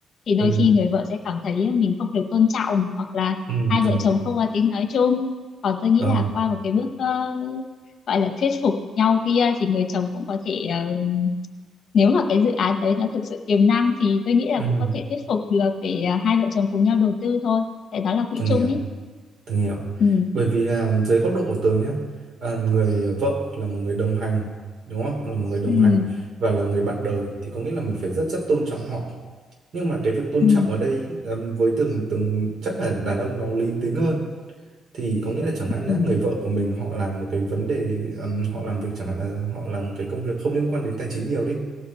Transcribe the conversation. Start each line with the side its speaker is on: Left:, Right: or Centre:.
Left: thì đôi
Right: ừ
Left: khi người vợ sẽ cảm thấy mình không được tôn trọng hoặc là
Right: ừ
Left: hai
Right: từng
Left: vợ
Right: hiểu
Left: chồng không có tiếng nói chung còn tôi nghĩ
Right: ờ
Left: là qua một cái bước ờ, gọi là thuyết phục nhau kia thì người chồng cũng có thể ờ, nếu mà cái dự án đấy nó thực sự tiềm năng thì tôi nghĩ là
Right: ừ
Left: cũng có thể thuyết phục được để ờ, hai vợ chồng cùng nhau đầu tư thôi tại đó là quỹ
Right: từng
Left: chung
Right: hiểu
Left: ấy
Right: Tường hiểu.
Left: ừ
Right: Bởi vì là dưới góc độ của Tường nhá, à, người vợ là một người đồng hành, đúng không? Là một người đồng
Left: ừ
Right: hành và là người bạn đời thì có nghĩa là mình phải rất rất tôn trọng họ. Nhưng mà cái việc tôn
Left: ừ
Right: trọng ở đây ừm, với Tường Tường chắc là đàn ông nó lý tính hơn. Thì có nghĩa là chẳng
Left: ừ
Right: hạn nhé người vợ của mình họ làm một cái vấn đề, ừm, họ làm việc chẳng hạn là họ làm một cái công việc không liên quan đến tài chính nhiều đi